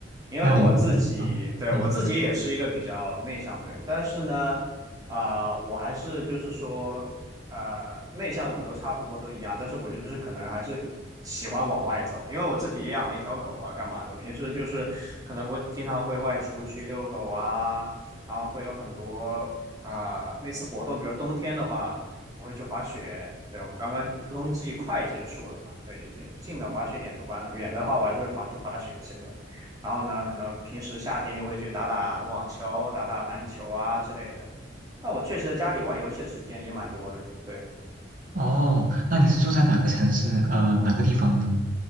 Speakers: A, on the right (about 20°); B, on the right (about 45°).
A: 因为我自己，
B: 那你你嗯嗯
A: 对，我自己也是一个比较内向的人，但是呢，啊、我还是就是说，呃，内向的我们都差不多都一样，但是我就是可能还是喜欢往外走，因为我自己也养了一条狗啊，干嘛的，平时就是可能会经常会外出去遛狗啊，然后会有很多啊、类似活动，比如冬天的话，我会去滑雪，对，我们刚刚冬季快结束了吧，对，有些近的滑雪点都关了，远的话我还是会跑去滑雪，现在。然后呢，可能平时夏天就会去打打网球、打打篮球啊之类的。那我确实在家里玩游戏的时间也蛮多的。对，
B: 哦，那你是住在哪个城市？呃，哪个地方呢？